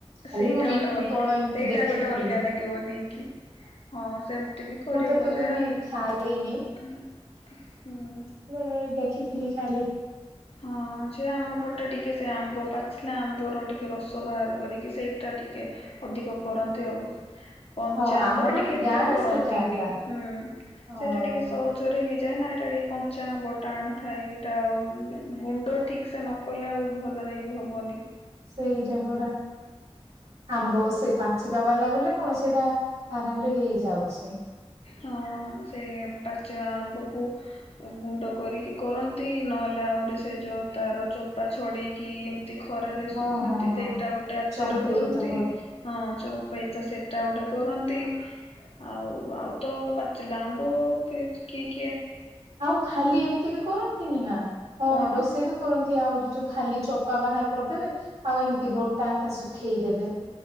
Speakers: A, on the right (about 80°); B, on the left (about 65°).
A: ଖାଲି
B: ସେଇଟା
A: ମୁଁ ବି
B: ଗୋଟେ ଅଲଗା
A: କଣ ଏମିତି
B: ସେଇଟା
A: ଦେଖିଥିଲି
B: ଗୋଟେ ଅଲଗା ଲାଗିବ ନେଇକି। ହଁ ସେମିତି ବି କରିହେବ
A: ମୁଁ ତ କେବେ
B: ଯେ
A: ବି ଖାଇନି
B: ହଁ
A: ହେଲେ ଦେଖିଥିଲି ଖାଲି
B: ହଁ ଯେ ଆମ ପଟେ ଟିକେ ସେ ଆମ୍ବ ପାଚିଲା ଆମ୍ବର ଟିକେ ରସ ବାହାର କରିକି ସେଇଟା ଟିକେ ଅଧିକ କରନ୍ତି ଆଉ। କଞ୍ଚାଆମ୍ବରେ
A: ହଁ ଆମର
B: ଟିକେ
A: ବି
B: ଏତେ
A: ଗାଁ
B: କରନ୍ତିନି
A: ରେ ସେଇଟା ଏକା
B: ହୁଁ
A: ହଁ
B: ସେଇଟା ଟିକେ ସହଜରେ ହେଇଯା ଯାଏନା ଏଇଟା ଟିକେ କଞ୍ଚାଆମ୍ବ ଟାଣ ଥାଏ ଏଇଟା ଆଉ ଗୁଣ୍ଡ ଠିକ ସେ ନ କଲେ ଆଉ ଭଲରେ ଇଏ ହବନି।
A: ସେଇଟା ପୁରା ଆମ୍ବ ସେ ପାଚିବା ବାଲା ବୋଲି କଣ ସେଇଟା ଆରାମରେ ହେଇଯାଉଛି।
B: ହଁ-ଅ-ଅ ସେ ପାଚିବା ଆମ୍ବକୁ ଗୁଣ୍ଡ କରିକି କରନ୍ତି ନ ନହେଲେ ଆହୁରି ସେ ଯଉ ତାର ଚୋପା ଛଡ଼େଇକି ନ୍ତି ଖରାରେ
A: ହଁ
B: ଶୁଖାନ୍ତି
A: ହଁ ହଁ
B: ସେଇଟା ଗୋଟେ ଆଚାର
A: ଚମ୍ପେଇ
B: କରନ୍ତି
A: ତ
B: ହଁ ଯୋଉ ହୁଏ ତ ସେଟା ଗୋଟେ କରନ୍ତି ଆଉ ଆଉ ତ ପାଚିଲା ଆମ୍ବ କି କି
A: ଆଉ ଖାଲି ଏମିତି ବି କରନ୍ତିନି ନା। ହଁ
B: କଣ
A: ରୋଷେଇ ତ କରନ୍ତି ଆହୁରି ଯୋଉ ଖାଲି ଚୋପା ବାହାର କରିଦେବେ ଆଉ ଏମିତି ଗୋଟା ଆକା ଶୁଖେଇଦେବେ।